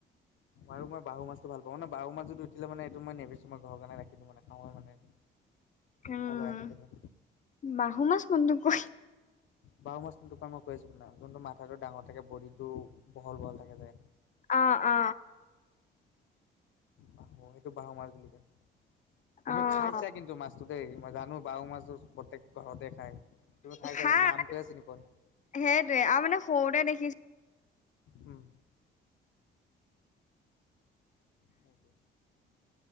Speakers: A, on the left (about 75°); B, on the left (about 40°).
A: আৰু মই বাহু মাছটো ভালাপাওঁ মানে বাহু মছ যদি উঠিলে মানে এইটো মই নেবিছো মই ঘৰ কাৰণে ৰাখি দিওঁ মানে খাওঁ মানে।
B: উম।
A: খাব ৰাখি থৈ দিওঁ।
B: বাহু মাছ কোনটোক কই?
A: বাহু মাছ কোনটোক কই মই কৈ আছো যোনটো মাথাটো ডাঙৰ থাকে বডিটো বহল বহল থাকে যে।
B: অ অ।
A: ক সেইটো বাহু মাছ বুলি কয় তুমি
B: অ'
A: খাইছা কিন্তু মাছ মাছটো দেই মই জানো বাহু মাছটো প্ৰত্যেক ঘৰতে খায়। তুমি খাইছা
B: খাই
A: বাট নামটোহে
B: সেইটোৱে
A: চিনি পোৱা নাই
B: আৰু মানে সৰুতে দেখিছো।
A: উম। সেইটোৱে